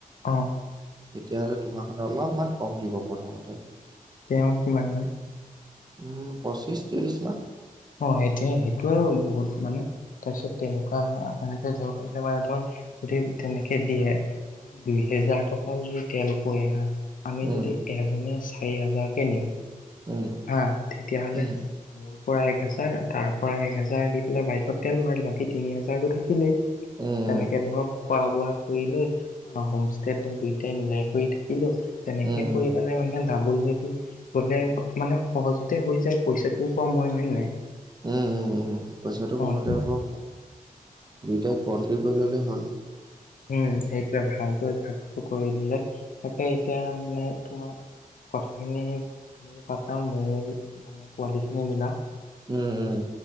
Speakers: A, on the left (about 65°); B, on the right (about 30°).
A: অ
B: তেতিয়াহ'লে তোমাৰ অলপমান কম দিব প্ৰথমতে।
A: তেওঁ কিমান মান?
B: উম পঁচিশ ত্ৰিশ মান।
A: অ সেটোয় সেইটো আৰু বহুত মানে তাৰপিছত তেনেকুৱা এনেকে যাব পাৰিলে মানে ধৰ যদি তেনেকে দিয়ে, দুই হেজাৰ টকাও যদি তেল পোৱে হা। আমি
B: উম
A: যদি এজনে চাৰি হাজাৰকে নিওঁ
B: উম
A: হা তেতিয়াহ'লে
B: উম
A: মোৰ পৰা এক হেজাৰ তাৰ পৰা এক হেজাৰ দি পেলাই বাইকত তেল ভৰালো বাকী তিনি হাজাৰতো থাকিলেই।
B: উম
A: তেনেকে ধৰক খোৱা বোৱা কৰি লৈ অ' হোমষ্টে ধৰ দুইটাই মিলাই কৰি থাকিলো, তেনেকে
B: উম উম
A: কৰি পেলাই মানে ডাবল হৈ পাই গলে মানে সহজতে হৈ যায় পইচাটোও কম হয় হয় নে নাই?
B: উম উম উম পইচাটো কমাতে
A: অ অ
B: হ'ব, দুইটাই কমট্ৰী কৰি ল'লেই হ'ল।
A: উম, সেইটোৱে ভালকৈ ভাগটো কৰি দিলে তাকে এতিয়া মানে তোমাৰ কথাখিনি তুমি পাতা ময় মানে পোৱালিখিনি মিলাও।
B: উম, উম।